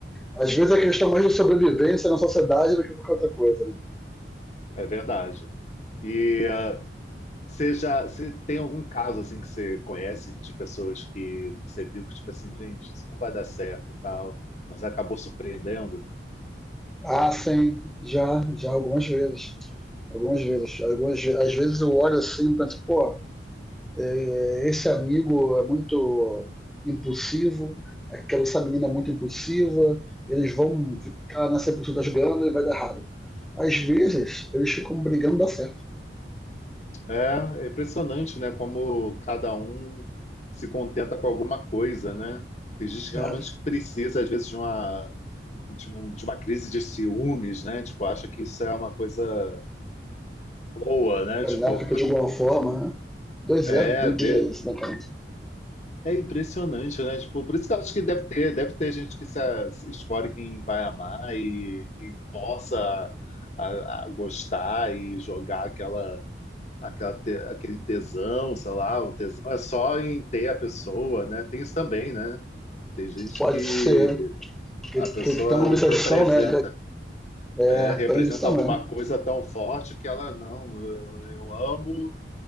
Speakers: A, in the centre; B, on the left (about 40°).
A: às vezes é questão mais de sobrevivência na sociedade do que qualquer outra coisa. Né?
B: É verdade. E ah, você já, você tem algum caso assim que você conhece de pessoas que você viu que tipo assim, gente, isso não vai dar certo e tal, mas acabou surpreendendo?
A: Ah, sim, já, já algumas vezes. Algumas vezes. Algumas, às vezes eu olho assim e penso, pô, é, é, esse amigo é muito impulsivo, aquela essa menina é muito impulsiva, eles vão ficar nessa pulsão das ganas e vai dar errado. Às vezes, eles ficam brigando e dá certo.
B: É, é impressionante, né? Como cada um se contenta com alguma coisa, né? Tem gente realmente
A: É.
B: que precisa, às vezes, de uma de, um- de uma crise de ciúmes, né? Tipo, acha que isso é uma coisa boa, né?
A: Ganáfica
B: Tipo,
A: de alguma forma, né? 2-0,
B: é,
A: dois,
B: vê-
A: isso, né, cara?
B: é impressionante, né? Tipo, por isso que eu acho que deve ter, deve ter gente que se, se escolhe quem vai amar e, e força a, a gostar e jogar aquela, aquela te- aquele tesão, sei lá, o tesão é só em ter a pessoa, né? Tem isso também, né? Tem gente
A: Pode
B: que
A: ser que,
B: a
A: que,
B: pessoa
A: que tem uma obsessão,
B: representa.
A: né? é,
B: né, representa
A: tem isso também.
B: alguma coisa tão forte que ela, não, eu, eu amo